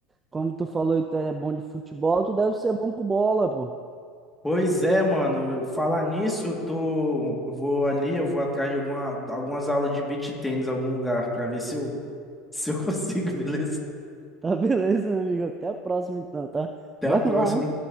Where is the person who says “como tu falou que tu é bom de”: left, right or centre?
Right